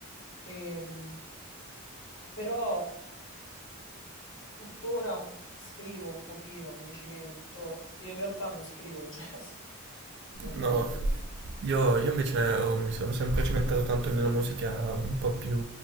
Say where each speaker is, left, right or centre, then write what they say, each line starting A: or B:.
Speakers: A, on the left (about 60°); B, on the right (about 55°).
A: Ehm, però tuttora un- scrivo un pochino, mi cimento. In realtà non scrivo jazz, <laughs> Non...
B: No,
A: eh,
B: Io, io invece ho- mi sono sempre cimentato tanto nella musica un po' più